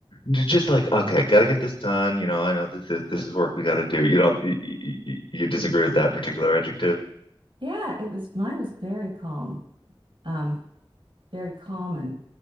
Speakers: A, on the left; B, on the right.
A: just like okay, got to get this done. You know, I know this is this is work we got to do. You don't you, you disagree with that particular adjective?
B: Yeah, it was mine was very calm. Um very calm and